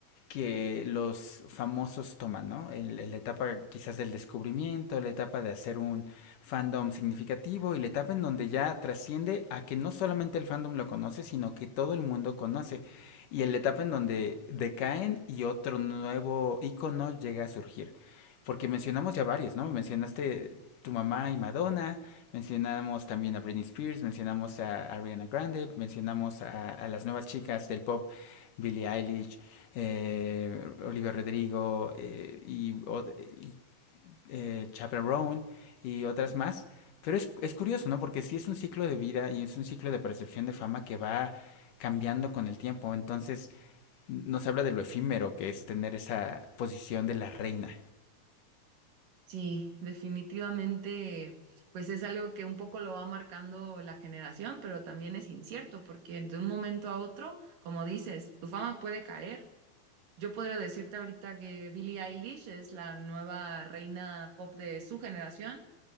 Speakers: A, on the left; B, on the right.
A: que los famosos toman, ¿no? El, la etapa quizás del descubrimiento, la etapa de hacer un fandom significativo y la etapa en donde ya trasciende a que no solamente el fandom lo conoce, sino que todo el mundo conoce. Y en la etapa en donde decaen y otro nuevo icono llega a surgir. Porque mencionamos ya varios, ¿no? Mencionaste tu mamá y Madonna, mencionamos también a Britney Spears, mencionamos a Ariana Grande, mencionamos a, a las nuevas chicas del pop, Billie Eilish, eh, Olivia Rodrigo eh, y, o- y, eh, Chaperone y otras más. Pero es, es curioso, ¿no? Porque sí es un ciclo de vida y es un ciclo de percepción de fama que va cambiando con el tiempo. Entonces nos habla de lo efímero que es tener esa posición de la reina.
B: Sí, definitivamente, pues es algo que un poco lo va marcando la generación, pero también es incierto, porque de un momento a otro, como dices, tu fama puede caer. Yo podría decirte ahorita que Billie Eilish es la nueva reina pop de su generación